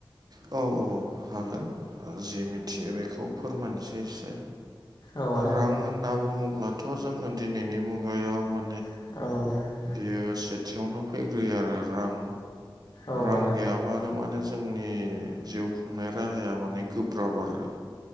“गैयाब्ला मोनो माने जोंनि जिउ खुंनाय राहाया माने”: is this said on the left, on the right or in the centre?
Right